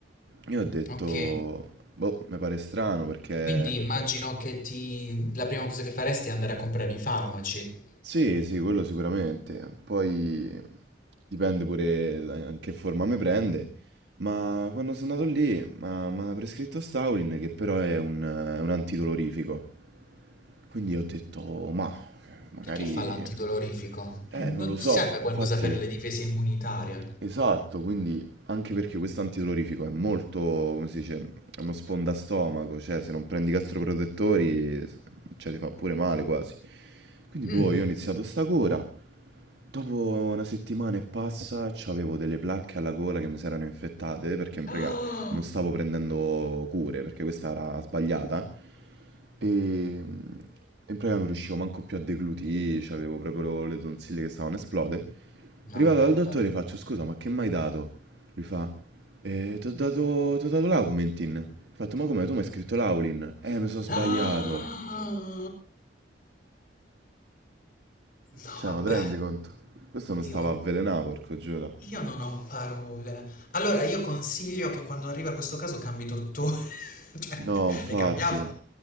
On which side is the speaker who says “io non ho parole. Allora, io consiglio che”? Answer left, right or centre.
Left